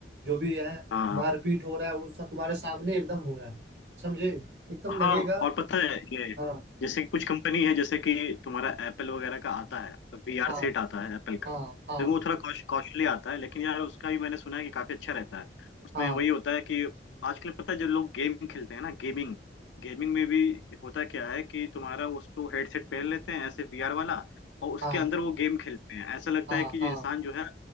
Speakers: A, on the right (about 65°); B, on the left (about 80°).
A: जो भी है
B: हाँ
A: मारपीट हो रहा है वो सब तुम्हारे सामने एकदम हो रहा है समझे एकदम
B: हाँ
A: लगेगा
B: और पता है ये
A: हाँ
B: जैसे कुछ कंपनी है जैसे कि तुम्हारा एप्पल वगैरह का आता है वीआर
A: हाँ
B: सेट आता है एप्पल का
A: हाँ हाँ
B: लेकिन वो थोड़ा कॉस्ट कॉस्टली आता है लेकिन यार उसका भी मैंने सुना है कि काफी अच्छा रहता है उसमें
A: हाँ
B: वही होता है कि आजकल पता है जो लोग गेम खेलते हैं ना गेमिंग गेमिंग में भी होता क्या है कि तुम्हारा उसको हेडसेट पहन लेते हैं ऐसे वीआर वाला और उसके
A: हाँ
B: अंदर वो गेम खेलते हैं ऐसा लगता
A: हाँ
B: है कि
A: हाँ
B: ये इंसान जो है